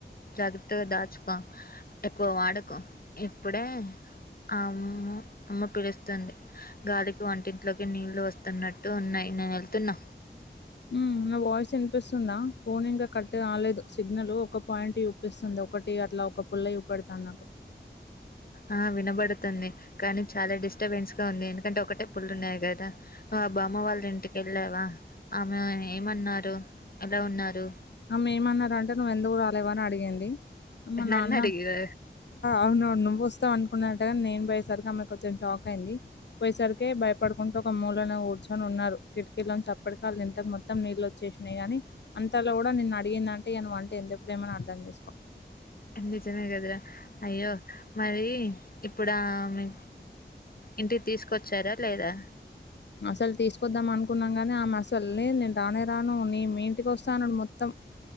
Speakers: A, on the left; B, on the left.
A: జాగ్రత్తగా దాచుకో ఎక్కువ వాడకు ఇప్పుడే ఆ అమ్మ్ అమ్మ పిలుస్తుంది గాలికి వంటింట్లోకి నీళ్లు వస్తున్నట్టు ఉన్నాయి నేను తున్నా
B: ఉ నా వాయిస్ వినిపిస్తుందా ఫోన్ ఇంకా కట్ కాలేదు సిగ్నల్ ఒక పాయింట్ చుప్పిస్తుంది ఒకటి అట్లా ఒక పుల్ల చూపేడతంది నాకు
A: ఆ వినబడుతుంది కానీ చాలా డిస్టర్బెన్స్ గా ఉంది ఎందుకంటే ఒకటే పుల్లు ఉన్నాయి కదా బామ్మ వాళ్ళ ఇంటికి వెళ్ళావా ఆమె ఏమన్నారు ఎలా ఉన్నారు
B: ఆమె ఏమన్నారంటే నువ్ ఎందుకు రాలేవ అని అడిగింది మా నాన్న
A: నన్ను అడిగిరా
B: అవునవును నువ్వుస్తావు అనుకున్నదట గాని నేను సరి ఆమెకి వచ్చిన షాక్ అయింది పోయేసరికి భయపడుకుంటూ ఒక మూలను కూర్చొని ఉన్నారు కిటికీలోంచి అప్పటికే అల ఇంట్లో మొత్తం నీళ్లు వచ్చేసినాయి గానీ అంతా ఇట్ల కూడా నిన్ను అడిగిందంటే నువ్వంటే ఎంత ప్రేమని అర్థం చేసుకో
A: నిజమే కదరా అయ్యో మరి ఇప్పుడామే ఇంటికి తీసుకొచ్చారా లేదా
B: అసలు తీసుకొద్దాం అనుకున్నాం కాగాని ఆమె అసల్ని నేను రానే రాను నేను మీ ఇంటికి వస్తా అన్నాడు మొత్తం